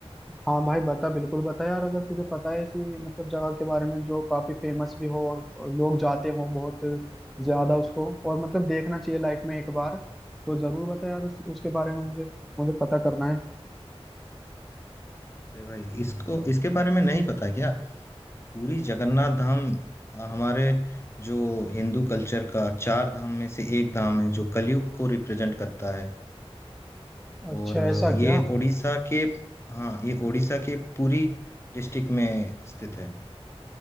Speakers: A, in the centre; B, on the left (about 25°).
A: हाँ भाई बता बिल्कुल बता यार अगर तुझे पता है ऐसी मतलब जगह के बारे में जो काफी फेमस भी हो और लोग जाते हो बहुत ज्यादा उसको और मतलब देखना चाहिए लाइफ में एक बार तो जरूर बता यार उस, उसके बारे में मुझे मुझे पता करना है
B: अरे भाई इसको इसके बारे में नहीं पता क्या पुरी जगन्नाथ धाम अ, हमारे जो हिंदू कल्चर का चार धाम में से एक धाम है जो कलयुग को रिप्रेजेंट करता है
A: अच्छा
B: और अ,
A: ऐसा
B: ये
A: क्या
B: उड़ीसा के हाँ ये उड़ीसा के पुरी डिस्ट्रिक्ट में स्थित है